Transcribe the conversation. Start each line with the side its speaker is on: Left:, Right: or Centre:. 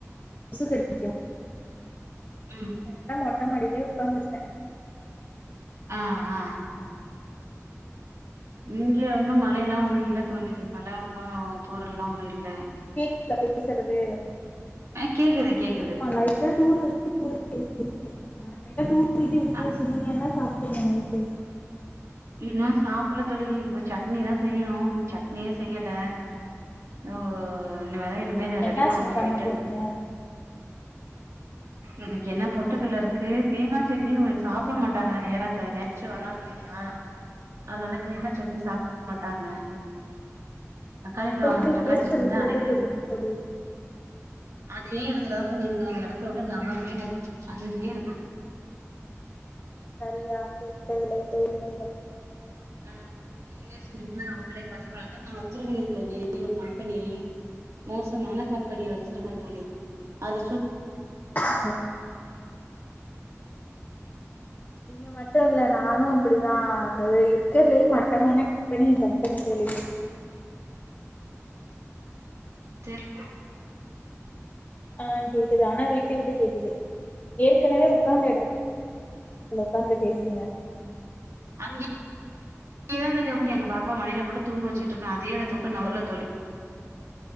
Left: கொசு கடிக்கு
Right: ம்
Left: அதனால மொட்ட மடிலயே உட்காந்திருக்க
Right: ஆ ஆ இங்க ஒன்னு மழயெல்லா ஒன்னு இல்ல தோழி மழ ஒன்னு தூரல்லா ஒன்னு இல்ல
Left: கேக்குதா பேசறது
Right: ஆ கேக்குது கேக்குது
Left: ஆமா லைட்டா தூருது னருச்சிவிட்ருச்சி நரைய தூர்னிசி விட்ரிச்சி
Right: அ
Left: நீங்க என்ன சாப்டீங்க நைட்டு
Right: இன்னு சாப்ல தோழி இது சட்னி தா செய்யணு இன்னு சட்னியே செய்யல ஒ இனிமே தா இனிமே ரெடி
Left: என்ன
Right: பண்ணணு
Left: தோழி பண்ண
Right: போயிட்டு
Left: போறீங்க
Right: ம் எனக்கு என்ன பொட்டுக்கல்ல இருக்கு தேங்கா சட்னியு இவங் சாப்ட மாட்டாங்க நேரத்த களிச்சி வராங்க இல்லயா அதனால தேங்கா சட்னி சாப்ட மாட்டாங்க தக்காளி பழம்
Left: தோழி
Right: தக்காளிசட்னி
Left: பேசுறது விட்டு
Right: தா
Left: விட்டு
Right: அரைக்கணு
Left: கேக்குது தோழி
Right: அதே எடத்துல தா தோழி இருக்க அந்த எடத்தவுட்டு நவரவேல்ல தோழி அங்கே இருக்க
Left: சரியா கேட்கவில்லை தோழி நீங்கள்
Right: ஆ கேக்குது முதலயே சொன்னீகனா அவங்களே பதிவாக நா வச்சிருகனே தோழி ஒரு கம்பெனி மோசமான கம்பெனிய வச்சிருக்க தோழி அதுல சுத்
Left: உஹம் நீங்க மட்டு இல்ல நானு அப்டிதா இருக்கறலயே மட்டமான கம் பனியன் கம்பனி தோழி
Right: தெர்ல
Left: ஆ கேக்குது ஆனா விட்டு விட்டு கேக்குது ஏற்கனவே உட்காந்த எடத்துல இதுல உக்காந்து பேசுங்க
Right: அங்க இப்படியே தானுங்க தோழி எங்க பாப்பாவ மடில போட்டு தூங்க வச்சுட்டு இருக்கே அதே இடத்தவிட்டு நவுர்ல தோழி